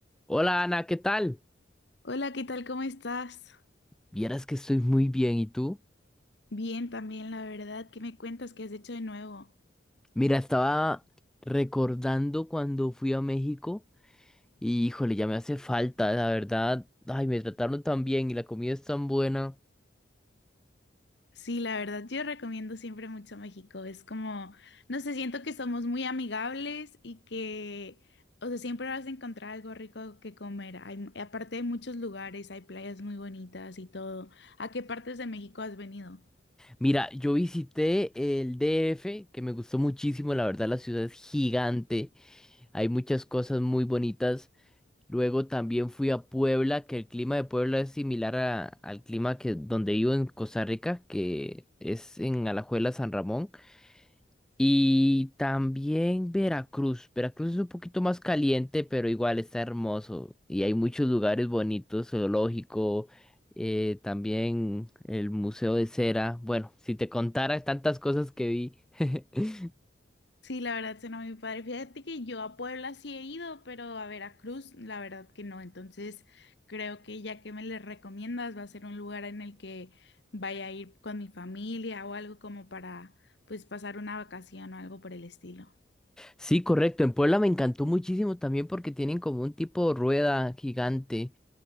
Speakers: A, in the centre; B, on the left.
A: Hola Ana, ¿qué tal?
B: Hola, ¿qué tal? ¿Cómo estás?
A: Vieras que estoy muy bien, ¿y tú?
B: Bien, también, la verdad. ¿Qué me cuentas? ¿Qué has hecho de nuevo?
A: Mira, estaba recordando cuando fui a México y híjole, ya me hace falta, la verdad. Ay, me trataron tan bien y la comida es tan buena.
B: Sí, la verdad, yo recomiendo siempre mucho México. Es como, no sé, siento que somos muy amigables y que, o sea, siempre vas a encontrar algo rico que comer. Hay, aparte hay muchos lugares, hay playas muy bonitas y todo. ¿A qué partes de México has venido?
A: Mira, yo visité el DF, que me gustó muchísimo, la verdad la ciudad es gigante, hay muchas cosas muy bonitas. Luego también fui a Puebla, que el clima de Puebla es similar a- al clima que donde vivo en Costa Rica, que es en Alajuela, San Ramón. Y también Veracruz. Veracruz es un poquito más caliente, pero igual está hermoso. Y hay muchos lugares bonitos, zoológico, eh, también el Museo de Cera. Bueno, si te contara tantas cosas que vi. <laughs>
B: Sí, la verdad suena muy padre. Fíjate que yo a Puebla sí he ido, pero a Veracruz, la verdad que no. Entonces, creo que ya que me le recomiendas, va a ser un lugar en el que vaya a ir con mi familia o algo como para, pues, pasar una vacación o algo por el estilo.
A: Sí, correcto. En Puebla me encantó muchísimo también porque tienen como un tipo de rueda gigante.